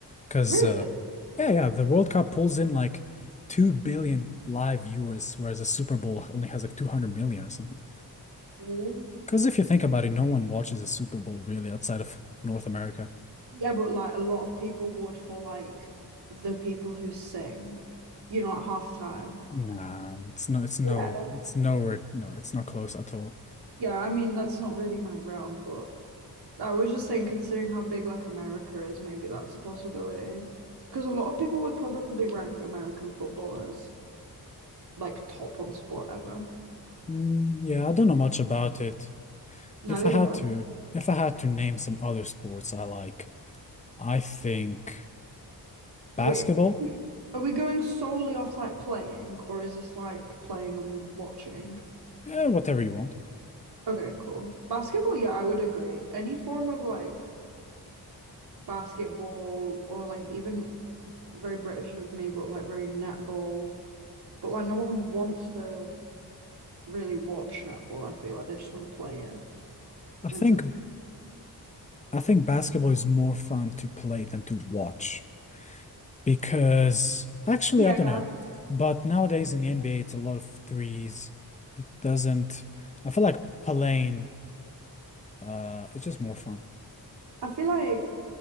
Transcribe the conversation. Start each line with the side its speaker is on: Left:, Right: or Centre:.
Left: 'Cause
Right: Really?
Left: uh yeah, yeah, the World Cup pulls in like 2 billion live viewers whereas the Super Bowl only has like 200 million or something.
Right: Really?
Left: 'Cause if you think about it, no one watches the Super Bowl really outside of North America.
Right: Yeah, but like a lot of people would for like the people who sing, you know, at halftime.
Left: Nah, it's no it's no
Right: Yeah.
Left: it's nowhere no, it's not close at all.
Right: Yeah, I mean, that's not really my realm, but I was just saying, considering how big like America is, maybe that's a possibility. Because a lot of people would probably rank American football as like top one sport ever.
Left: Mm, yeah, I don't know much about it.
Right: Neither
Left: If I had
Right: do I.
Left: to if I had to name some other sports I like I think basketball,
Right: Wait, are we going solely off like playing, or is this like playing and watching?
Left: yeah, whatever you want.
Right: Okay, cool. Basketball, yeah, I would agree. Any form of like basketball or like even very British of me, but like very netball. But like no one wants to really watch netball. I feel like they just want to play it.
Left: I
Right: And
Left: think
Right: it's a
Left: I think basketball is more fun to play than to watch because actually
Right: yeah.
Left: I don't know, but nowadays in the NBA it's a lot of threes. It doesn't. I feel like playing. Uh, it's just more fun.
Right: I feel like